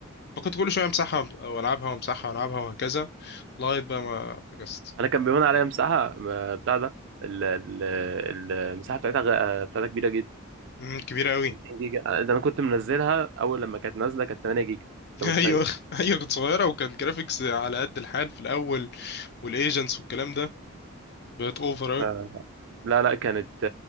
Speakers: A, on the left; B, on the right.
A: فكنت كل شوية امسحها والعبها وامسحها والعبها وهكذا لغاية بقى ما فكست
B: انا كان بيهون عليا مساحه ما- بتاع ده ال- ال- ال- المساحه بتاعتها غ- آه، بتاعتها كبيره جدا
A: مم، كبيرة قوي
B: 60 جيجا آه، ده انا كنت منزلها اول لما كانت نازله كانت 8 جيجا
A: <laughs>
B: انت متخيل
A: ايوه ايوه كنت صغيرة وكان جرافيكس على قد الحال في الاول والايجنتس والكلام ده بقت اوفر قوي
B: ف- لا لا كانت